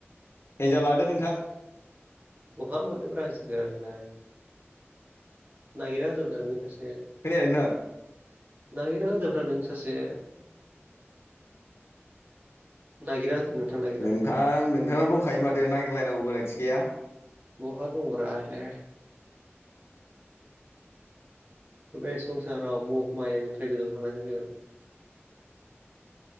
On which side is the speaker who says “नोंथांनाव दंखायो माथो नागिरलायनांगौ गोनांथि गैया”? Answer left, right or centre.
Left